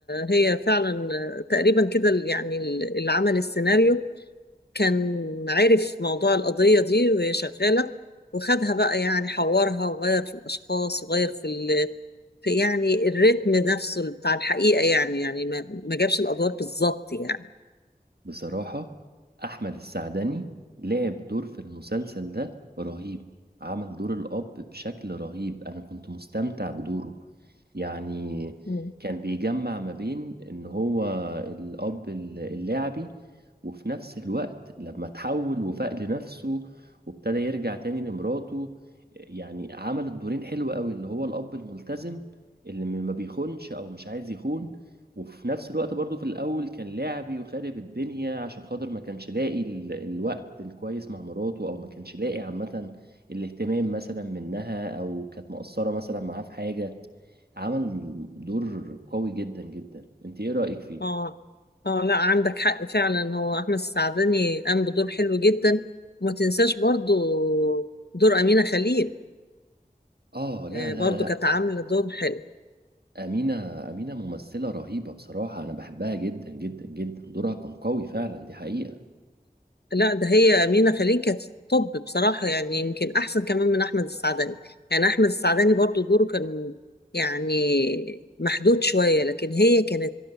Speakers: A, on the left; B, on the right.
A: هي فعلا تقريبا كده يعني اللي عمل السيناريو كان عارف موضوع القضية دي وهي شغالة وخدها بقى يعني حورها وغير في الأشخاص وغير في ال... في يعني الريتم نفسه بتاع الحقيقة يعني يعني ما, ما جابش الأدوار بالظبط يعني
B: بصراحة أحمد السعدني لعب دور في المسلسل ده رهيب عمل دور الأب بشكل رهيب أنا كنت مستمتع بدوره يعني
A: مم.
B: كان بيجمع ما بين إن هو الأب اللاعبي وفي نفس الوقت لما تحول وفاق لنفسه وابتدى يرجع تاني لمراته يعني عمل الدورين حلو قوي اللي هو الأب الملتزم اللي ما بيخونش أو مش عايز يخون وفي نفس الوقت برضو في الأول كان لعبي وخارب الدنيا عشان خاطر ما كانش لاقي ال- الوقت الكويس مع مراته أو ما كانش لاقي عامة الاهتمام مثلا منها أو كانت مقصرة مثلا معاه في حاجة عمل دور قوي جدا جدا انت ايه رأيك فيه؟
A: اه اه لا عندك حق فعلا هو أحمد السعدني قام بدور حلو جدا وما تنساش برضو دور أمينة خليل
B: اه لا
A: آه،
B: لا
A: برضو
B: لا
A: كانت عاملة دور حلو
B: أمينة أمينة ممثلة رهيبة بصراحة أنا بحبها جدا جدا جدا دورها كان قوي فعلا دي حقيقة
A: لا ده هي أمينة خليل كانت طب بصراحة يعني يمكن أحسن كمان من أحمد السعداني يعني أحمد السعداني برضو دوره كان يعني محدود شوية لكن هي كانت